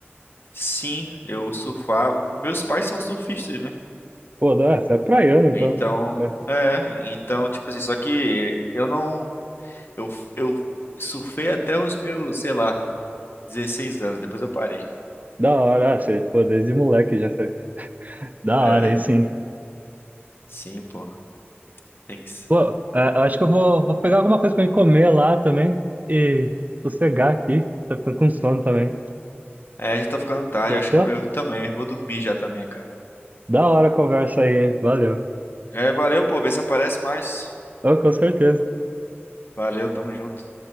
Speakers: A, on the left (about 60°); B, on the right (about 40°).
A: sim, eu surfar. Meus pais são surfistas, né?
B: Pô, da, você é praiano, então.
A: Então,
B: É.
A: é, então, tipo assim, só que eu não, eu, eu surfei até os meus, sei lá, 16 anos, depois eu parei.
B: Da hora, ah, você, pô, desde moleque já sei. Da
A: É,
B: hora, aí sim.
A: sim, pô, tem que ser.
B: Pô, é, eu acho que eu vou, vou pegar alguma coisa pra mim comer lá também e sossegar aqui. Tá ficando com sono também.
A: É, já tá ficando tarde,
B: Fechou?
A: acho que eu eu também, vou dormir já também, cara.
B: Da hora a conversa aí, hein? Valeu.
A: É, valeu, pô, vê se aparece mais.
B: Ô, com certeza.
A: Valeu, tamo junto.